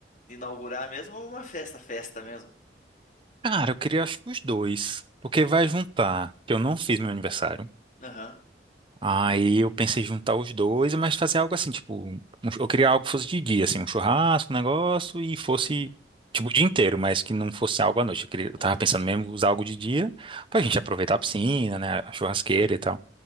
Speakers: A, on the left; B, on the right.
A: inaugurar mesmo ou uma festa, festa mesmo?
B: Cara, eu queria, acho que os dois. Porque vai juntar que eu não fiz meu aniversário.
A: Aham,
B: Aí eu pensei em juntar os dois, mas fazer algo assim, tipo, um- eu queria algo que fosse de dia, assim, um churrasco, um negócio, e fosse,
A: uhum,
B: tipo, o dia inteiro, mas que não fosse algo à noite. Eu queria, eu
A: uhum.
B: tava pensando mesmo em usar algo de dia pra gente aproveitar a piscina, né, a churrasqueira e tal.